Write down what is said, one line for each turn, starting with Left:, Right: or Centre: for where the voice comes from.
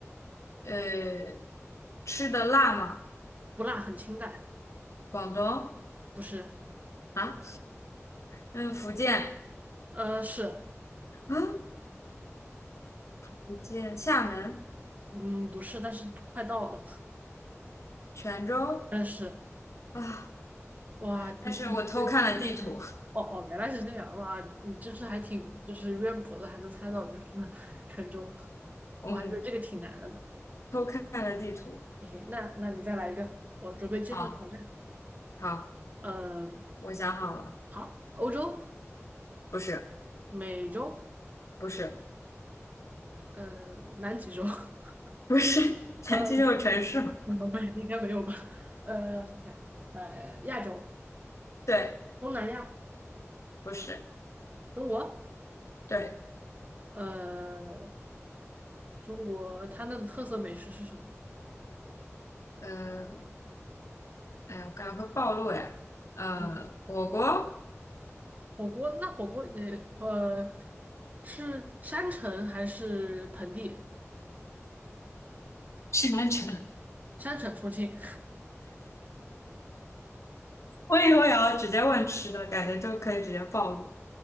Left: 呃，吃的辣吗？
Right: 不辣，很清淡，
Left: 广东
Right: 不是。
Left: 啊？嗯，福建
Right: 呃，是，
Left: 啊？福建厦门、
Right: 嗯，不是，但是快到了。
Left: 泉州
Right: 但是，
Left: 啊？
Right: 哇，
Left: 但是我偷看了地图，
Right: 你你对知识还，哦哦，原来是这样，哇，你知识还挺就是渊博的，还能猜到就是 <laughs> 沉重，
Left: 嗯，
Right: 我还觉得这个挺难的呢。
Left: 偷看了地图。
Right: 嘿嘿，那那你再来一个，我准备接受挑战。
Left: 好，好，
Right: 嗯、
Left: 我想好了。
Right: 好，欧洲、
Left: 不是，
Right: 美洲、
Left: 不是，
Right: 呃，南极洲，<laughs>
Left: 不是，<laughs>
Right: 呃，
Left: 南极这就有城市吗？
Right: 不对，应该没有吧？呃，我想想，呃，亚洲、
Left: 对，
Right: 东南亚、
Left: 不是，
Right: 中国，
Left: 对，
Right: 呃，中国它那的特色美食是什么？
Left: 呃，哎呀，我感觉会暴露哎，呃，
Right: 嗯。
Left: 我国
Right: 火锅那火锅得呃是山城还是盆地？
Left: <laughs> 是南城，
Right: 山城重庆，
Left: <laughs> 我以后也要直接问吃的，感觉就可以直接暴露。